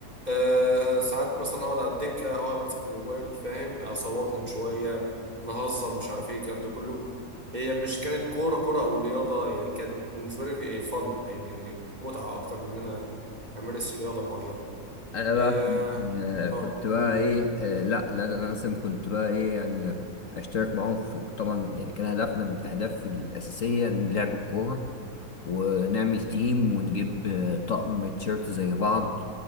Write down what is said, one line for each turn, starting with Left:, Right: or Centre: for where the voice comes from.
Right: أه ساعات مثلا اقعد على الدكه اقعد امسك الموبايل فاهم اصورهم شويه نهزر مش عارف ايه الكلام ده كله هي مش كانت كوره كوره او رياضه يعني كانت بالنسبه لي في إيه، فن يعني متعه اكتر من ان انا امارس رياضه معينه
Left: انا بقى
Right: اه
Left: كنت آه، كنت
Right: اه
Left: بقى ايه آه، لا لا انا لازم كنت بقى ايه يعني اشترك معاهم في طبعا يعني كان هدفنا من الاهداف الاساسيه إن لعب الكوره ونعمل تيم ونجيب آه، طقم تيشيرت زي بعض